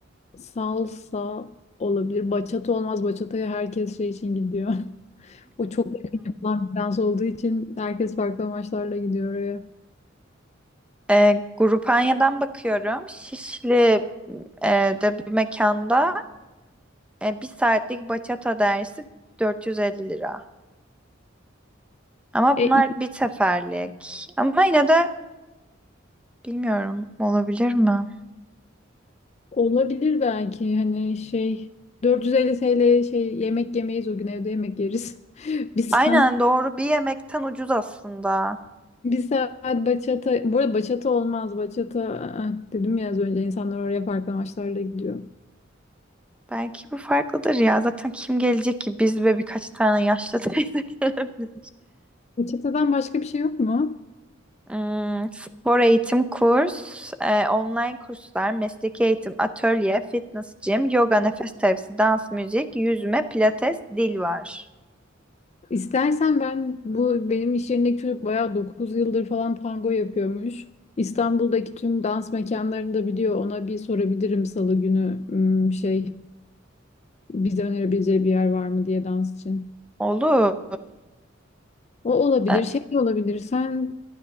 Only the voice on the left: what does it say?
salsa olabilir. Bachata olmaz. Bachata'ya herkes şey için gidiyor. <laughs> O çok yakın yapılan bir dans olduğu için herkes farklı amaçlarla gidiyor oraya.
E,
Olabilir belki hani şey 450 TL şey yemek yemeyiz o gün evde yemek yeriz. <laughs> Bir saat
bir saat bachata bu arada bachata olmaz bachata aa, dedim ya az önce insanlar oraya farklı amaçlarla gidiyor.
Bachata'dan başka bir şey yok mu?
İstersen ben bu benim iş yerindeki çocuk bayağı 9 yıldır falan tango yapıyormuş. İstanbul'daki tüm dans mekanlarını da biliyor. Ona bir sorabilirim salı günü hmm, şey bize önerebileceği bir yer var mı diye dans için.
O olabilir,
şey de olabilir. Sen